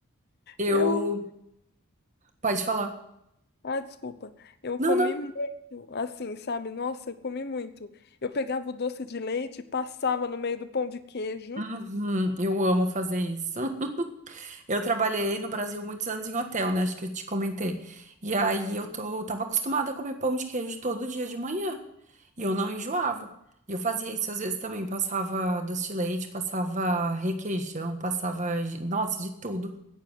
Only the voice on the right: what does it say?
Eu.
Pode falar.
Não,
não.
Uhum, eu amo fazer isso. Eu trabalhei no Brasil muitos anos em hotel, né? Acho que eu te comentei. E aí eu tô, tava acostumada a comer pão de queijo todo dia de manhã. E eu não enjoava. E eu fazia isso às vezes também. Passava doce de leite, passava requeijão, passava, ge- nossa, de tudo.